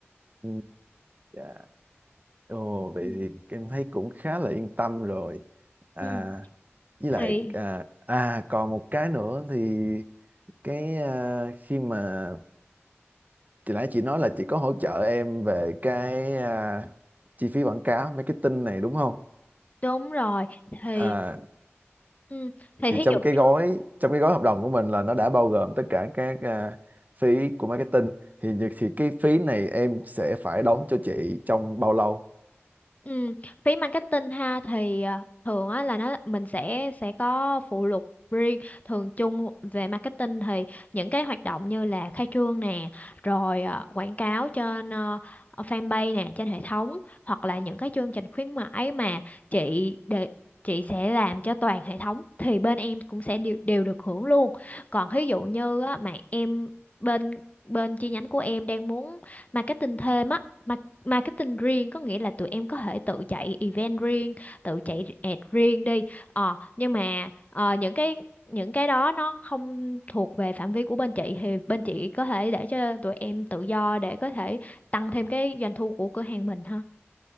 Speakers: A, on the right; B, on the left.
A: Ừ, Dạ. Ồ, vậy
B: Ừ.
A: thì em thấy cũng khá là yên tâm rồi. À,
B: Ừ.
A: với
B: thì
A: lại à, à còn một cái nữa thì cái à, khi mà chị nãy chị nói là chị có hỗ trợ em về cái à, chi phí quảng cáo marketing này đúng không
B: đúng rồi thì
A: à,
B: ừ, thì
A: thì
B: thí
A: trong
B: dụ
A: cái
B: như
A: gói trong cái gói hợp đồng của mình là nó đã bao gồm tất cả các à, phí của marketing thì thì cái phí này em sẽ phải đóng cho chị trong bao lâu
B: Ừ, phí marketing ha thì à, thường á là nó mình sẽ sẽ có phụ lục riêng thường chung về marketing thì những cái hoạt động như là khai trương nè rồi à, quảng cáo trên ờ, ờ, fanpage nè trên hệ thống hoặc là những cái chương trình khuyến mãi mà chị để chị sẽ làm cho toàn hệ thống thì bên em cũng sẽ đều, đều được hưởng luôn còn ví dụ như á, mà em bên bên chi nhánh của em đang muốn marketing thêm á marketing riêng có nghĩa là tụi em có thể tự chạy event riêng tự chạy ad riêng đi ờ nhưng mà ờ, những cái những cái đó nó không thuộc về phạm vi của bên chị thì bên chị có thể để cho tụi em tự do để có thể tăng thêm cái doanh thu của cửa hàng mình ha